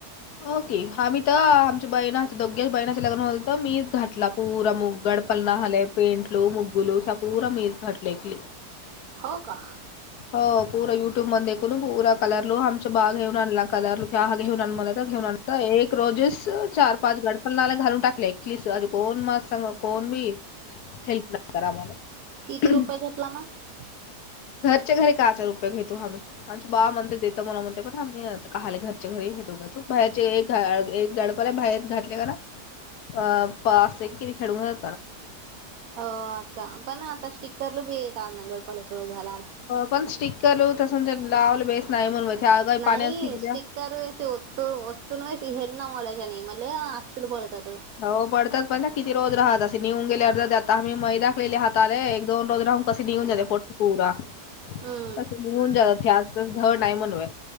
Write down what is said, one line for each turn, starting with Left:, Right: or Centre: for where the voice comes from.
Left: ओके आम्ही तर आमच्या बहीण दोगेश बहिणाच्या लग्न होल तर मीच घातला पुरा मग गडपल न झालेय पेंटलू मुगुलू त्यापूरा मीच घटल एक
Right: हो का?
Left: हो पूरा युट्यूब मध्ये दे पूरा कलर लू आमचा बाग घेऊ आणला कलरलू च ह घेऊन आण घेऊन एक रोजीच चार पाच गडफल ना घालून टाकलेस अज कोण मस् सांग कोण बी हेल्प नाही करा मला
Right: किती <unintelligible>
Left: घरच्या घरी कायचार रुपये घेतो आम्ही आमचे बा म्हणते देत मला म्हणते पण आम्ही आताहाले घरच्या घरी हेेटो तो बाहेरचे एक गड बर बाहे घाटले का अ पा असे कि खेडून घ
Right: हो आता पण आता स्टिककरल बी येतात ना गडपालासोबत घाला.
Left: पण स्टिकर तस लावल बेस <unintelligible>
Right: नाही
Left: फिरल्या
Right: स्टिक ए कार वेसओत्तओत्तून वेस हेणा मोलाज आणि मला अक्षल पळतात
Left: हो पडतात पण ना किती रोजहात असे निऊ गेलेर् त्या आम मही मै दाखलेहात रे एक दोन रोज राहू कसे निघन जात पोटपुरा कसे
Right: हम्म
Left: निघन जात झड नाही म्हणूय